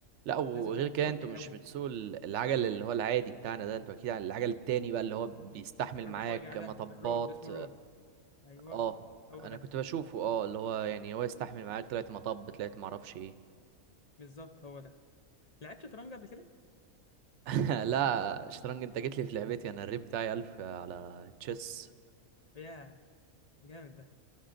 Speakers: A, on the right (about 65°); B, on the left (about 50°).
A: لا وغير
B: لازم تبقى
A: كده
B: متمكن
A: انتوا مش
B: قوي
A: بتسوقوا ال- العجل اللي هو العادي بتاعنا ده انتوا اكيد على العجل التاني بقى اللي هو بيستحمل
B: الرفيع
A: معاك
B: ده
A: مطبات
B: الرود اسمه رود أيوه
A: اه
B: هو
A: انا
B: ده
A: كنت بشوفه اه اللي هو يعني هو يستحمل معاك طلعت مطب طلعت معرفش ايه
B: بالظبط هو ده لعبت شطرنج قبل كده؟
A: <laughs> لا شطرنج انت جيت لي في لعبتي انا الريت بتاعي 1000 على تشيس
B: ياه جامد ده